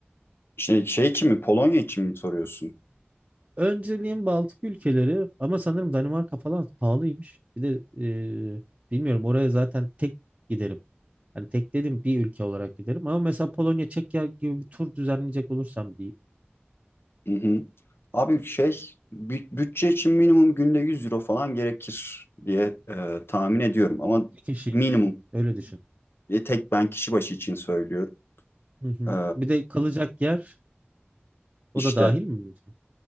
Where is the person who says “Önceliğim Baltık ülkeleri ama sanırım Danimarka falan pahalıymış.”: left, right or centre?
Right